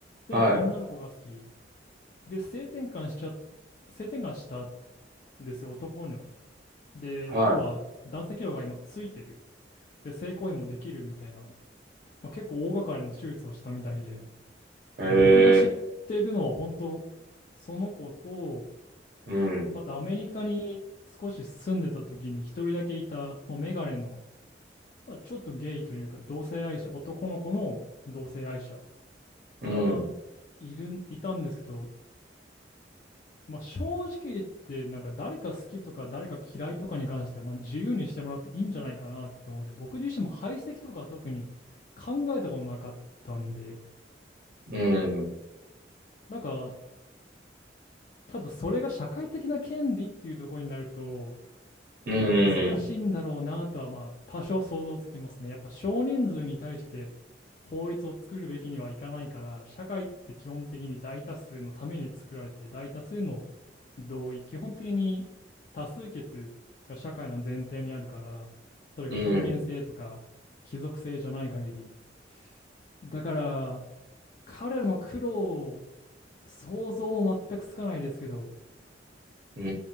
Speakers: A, on the left (about 45°); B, on the right (about 50°).
A: でも女の子が好き。
B: はい、
A: で、性転換しちゃ、性転換したんですよ、男にで、
B: は
A: 要は男性器量が今ついてる。で、性行為もできるみたいな、まあ、結構大掛かりな手術をしたみたいで、
B: い。へ
A: 僕が知ってるのは本当、
B: え、
A: その子と、
B: うん、
A: あとアメリカに少し住んでた時に一人だけいた、もうメガネの、まあ、ちょっとゲイというか、同性愛者、男の子の同性愛者
B: うん、
A: がいる、いたんですけど、まあ、正直言って、なんか誰か好きとか誰か嫌いとかに関して、まあ、自由にしてもらっていいんじゃないかなって思うし、僕自身も排斥とかは特に考えたことなかったんで、
B: うん、
A: なんか、ただそれが社会的な権利っていうところになると、
B: う
A: 難しいんだろうなとはまあ多少想像つきますね。
B: ん、
A: やっぱ少人数に対して法律を作るべきにはいかないから社会って基本的に大多数のために作られて大多数の同意基本的に多数決が社会の前提にあるからそれが封建制とか貴族制じゃない限り
B: うん。
A: だから彼らの苦労を想像も全くつかないですけど
B: うー